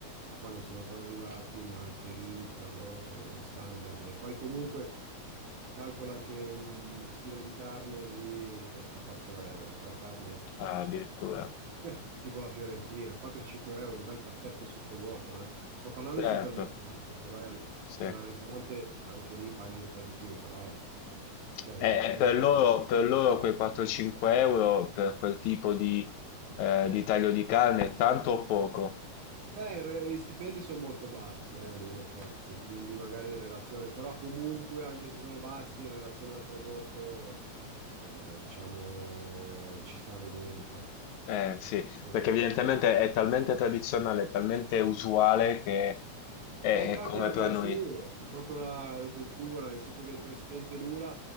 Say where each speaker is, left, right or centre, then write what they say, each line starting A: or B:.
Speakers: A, on the right; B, on the left.
A: che qua non sono ancora arrivati, ma che lì per loro sono standard. E poi comunque calcola che un chilo di carne lì costa 4 euro, però carne tipo,
B: ah,
A: non so,
B: addirittura.
A: tipo, <laughs> tipo la Fiorentina, 4-5 euro, un bel pacchetto sottovuoto, eh. Sto parlando
B: Certo,
A: del supermercato, se vai al,
B: sì.
A: se
B: E,
A: vai al ristorante anche lì paghi un po' di più, però cioè,
B: e
A: rispetto
B: per
A: ai prezzi
B: loro,
A: che ci
B: per loro quei 4-5 euro per quel tipo di, eh, di taglio di carne è tanto o poco?
A: Eh, il re- gli stipendi sono molto bassi, eh, lì in effetti, quindi magari in relazione, però comunque anche se sono bassi in relazione al prodotto, eh, diciamo, ci stanno dentro. Nel
B: Eh, sì,
A: senso-
B: perché evidentemente è talmente tradizionale, è talmente usuale che è,
A: Eh, calcola
B: è come per
A: che
B: noi.
A: sì, è proprio la, la cultura, nel senso che il presidente Lula,